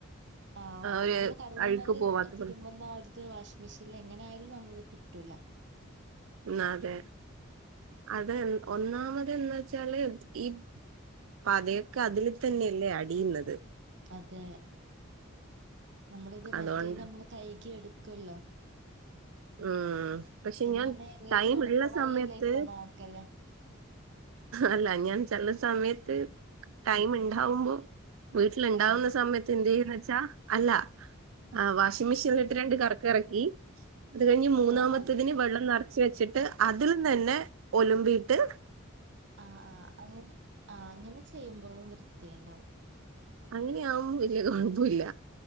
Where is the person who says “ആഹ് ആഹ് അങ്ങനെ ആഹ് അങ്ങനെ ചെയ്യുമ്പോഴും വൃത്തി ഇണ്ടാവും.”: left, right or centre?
Right